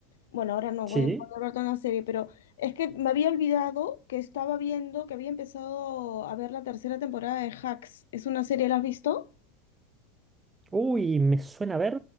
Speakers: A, on the left; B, on the right.
A: Bueno, ahora no
B: ¿Sí?
A: voy, voy a hablar de una serie, pero es que me había olvidado que estaba viendo, que había empezado a ver la tercera temporada de Hacks. ¿Es una serie, la has visto?
B: Uy, me suena a ver.